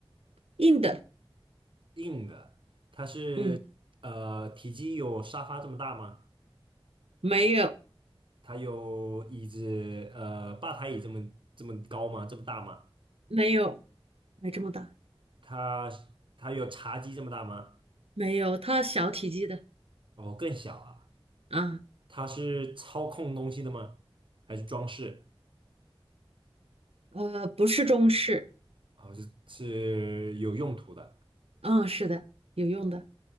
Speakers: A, on the right; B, on the right.
A: 硬的，
B: 硬的，它是呃体积有沙发这么大吗？
A: 嗯，没有，
B: 它有椅子呃吧台椅这么这么高吗？这么大吗？
A: 没有，没这么大，
B: 它它有茶几这么大吗？
A: 没有，它小体积的
B: 哦，更小啊。
A: 啊，
B: 它是操控东西的吗？还是装饰？
A: 呃，不是中式，
B: 哦，是是有用途的。
A: 嗯，是的，有用的，